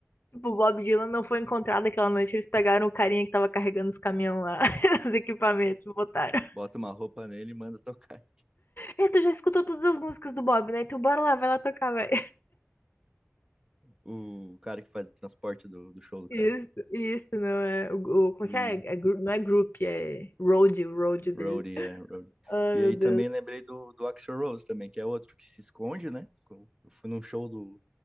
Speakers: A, on the left; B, on the right.
A: Tipo, o Bob Dylan não foi encontrado aquela noite, eles pegaram o carinha que tava carregando os caminhões lá, <laughs> os equipamentos, e botaram.
B: Bota uma roupa nele e manda tocar.
A: E tu já escutou todas as músicas do Bob, né? Então bora lá, vai lá tocar, vai.
B: O cara que faz o transporte do, do show do cara.
A: Isso, isso, não é. O, o- como
B: E
A: é que é? É gru- não é group, é road, o road dele.
B: roadie, é, roadie.
A: Ai,
B: E
A: meu
B: aí
A: Deus.
B: também lembrei do, do Axl Rose também, que é outro que se esconde, né? Eu eu fui num show do,